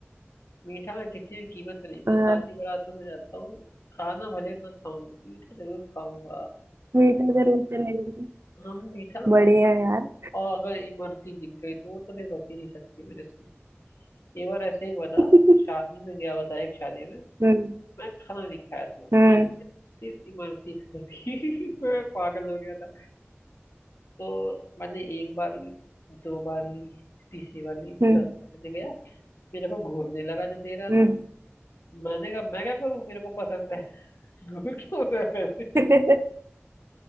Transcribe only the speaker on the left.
मीठा मैं किसी भी कीमत पे नहीं मैं
शादी बारातों में जाता हूँ खाना भले ना खाऊं मीठा जरूर खाऊंगा
हम मीठा में
बहुत खाते हैं।
और अगर इमरती दिख गई तो वो तो फिर बच ही नहीं सकती मेरे से एक बार ऐसे ही हुआ था
शादी में गया हुआ था एक शादी में
मैं खाना नहीं खाया था
मैंने सिर्फ इमरती खाई थी <laughs> मैं पागल हो गया था तो मैंने एक बार ली दो बार ली तीसरी बार ली
चौथी दिन गया मेरे को घूरने लगा जो दे रहा
था मैंने कहा मैं क्या करूं मेरे को पसंद है <laughs> घूर क्यों रहा है